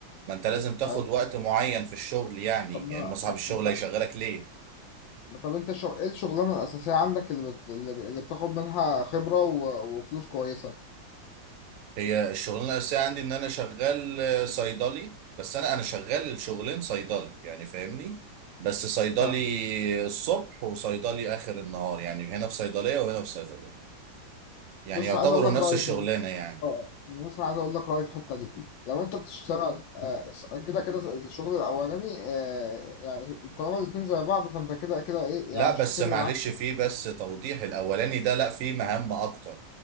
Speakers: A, on the right (about 80°); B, on the left (about 80°).
A: ما انت لازم تاخد
B: طيب
A: وقت معين في الشغل يعني
B: طب ما
A: يا اما صاحب
B: ما-
A: الشغل هيشغلك ليه
B: طب أنت شو... إيه الشغلانة الأساسية عندك اللي, بت... اللي بتاخد منها خبرة و... وفلوس كويسة؟
A: هي الشغلانة الأساسية عندي ان انا شغال آه، صيدلي بس انا انا شغال الشغلين صيدلي يعني فاهمني بس صيدلي
B: فاهم
A: الصبح وصيدلي اخر النهار يعني هنا في صيدلية وهنا في صيدلية يعني
B: بص
A: يعتبروا
B: عايز أقول لك
A: نفس
B: رأيي
A: الشغلانة يعني
B: اه أنا مثلا عايز اقول لك رايي في الحته دي لو انت بتشتغل آه، س- كده كده الشغل الاولاني آه، يعني طالما الاتنين زي بعض فانت كده كده ايه
A: لا
B: يعني مش
A: بس
B: هتفرق
A: معلش
B: معاك
A: في بس توضيح الاولاني ده لا في مهام اكتر